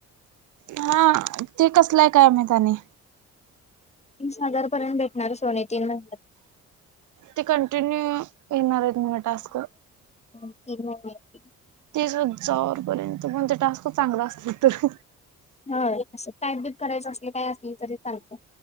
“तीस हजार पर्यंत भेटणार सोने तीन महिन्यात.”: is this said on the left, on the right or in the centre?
Left